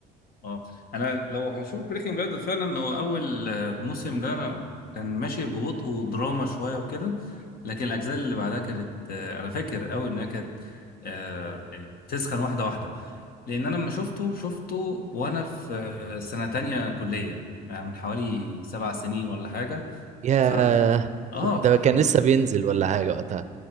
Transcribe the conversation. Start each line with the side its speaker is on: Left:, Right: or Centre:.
Left: اه انا لو هشوف بريكنج باد فعلا هو اول آه، موسم ده انا كان ماشي ببطء ودراما شويه وكده لكن الاجزاء اللي بعدها كانت آه، انا فاكر قوي انها كانت آه، يعني بتسخن واحده واحده لان انا لما شفته شفته وانا في سنه تانية كليه يعني من حوالي سبع سنين ولا حاجه
Right: يا
Left: ف اه
Right: ده
Left: ف اه
Right: كان لسه بينزل ولا حاجه وقتها